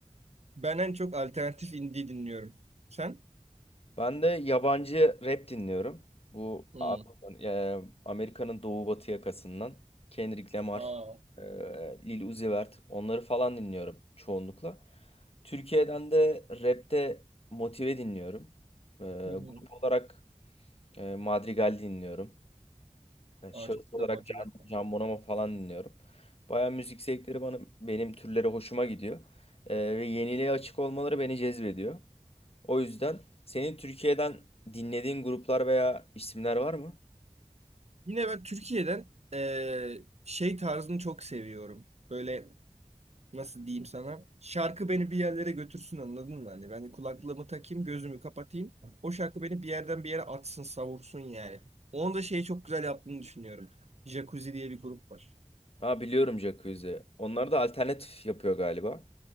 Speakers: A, on the right; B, on the left.
A: Ben en çok alternatif indie dinliyorum. Sen?
B: Ben de yabancı rap dinliyorum. Bu
A: Hmm.
B: A- e, Amerika'nın doğu batı yakasından Kendrick Lamar,
A: Aa.
B: e, Lil Uzi Vert onları falan dinliyorum çoğunlukla. Türkiye'den de rapte Motive dinliyorum. E,
A: Hı hı.
B: grup olarak e, Madrigal dinliyorum. E,
A: Aa,
B: şahıs
A: çok güzel
B: olarak
A: macera.
B: Can, Can Bonomo falan dinliyorum. Baya müzik zevkleri bana benim türleri hoşuma gidiyor. E, ve yeniliğe açık olmaları beni cezbediyor. O yüzden senin Türkiye'den dinlediğin gruplar veya isimler var mı?
A: Yine ben Türkiye'den eee, şey tarzını çok seviyorum. Böyle nasıl diyeyim sana? Şarkı beni bir yerlere götürsün anladın mı? Hani ben kulaklığımı takayım, gözümü kapatayım. O şarkı beni bir yerden bir yere atsın, savursun yani. Onu da şeyi çok güzel yaptığını düşünüyorum. Jacuzzi diye bir grup var.
B: Ha biliyorum Jacuzzi. Onlar da alternatif yapıyor galiba.